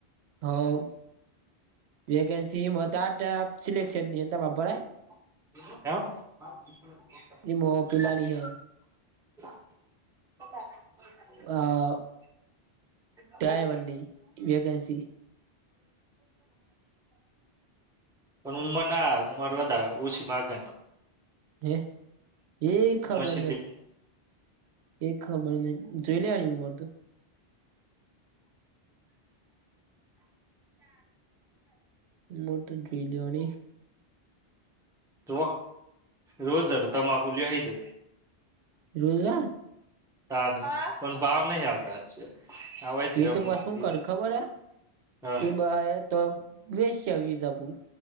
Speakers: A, on the right; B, in the centre.
A: હા. વેકન્સી આ સિલેકસન નની ભરાય?
B: હ
A: એમાં પેલાની હે
B: <unintelligible>
A: આ
B: <unintelligible>
A: ડ્રાઈવરની
B: ું
A: વેકેન્સી
B: પણ ઉમર ના ઉમર વધા ઓછી માગદ.
A: હે એ ખબર
B: છેટલી
A: નઈ એ ખબર નહ જોઈ લે આ રીમોટ નોટ જ જોઈ લેવાની
B: તો રોજ આ તમાકુ લી આવી દે
A: રોજ આ
B: હા ને પણ ભાવ નહી આલતા છે આવાયથી
A: એ
B: રમુસ્તી
A: તો પછુ શું કર્યું ખબર હે
B: હા
A: એ બા તો વેશ વિઝાપુર